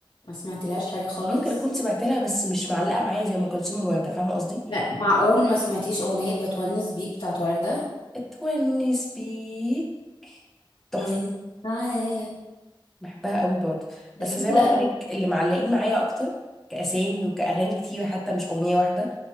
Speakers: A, on the left (about 80°); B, in the centre.
A: ما سمعتلهاش حاجة خالص
B: ممكن اكون سمعت لها بس مش معلقه معايا زي ام كلثوم ووردة فاهمه قصدي
A: لا معقول ما سمعتيش أغنية بتونس بيك بتاعت وردة
B: اتونس بيك تحفه
A: وانت معايا
B: بحبها قوي برضه
A: لذيذة
B: بس زي ما
A: أوي
B: قلت لك اللي معلقين معايا اكتر كاسامي وكاغاني كتير حتى مش اغنيه واحده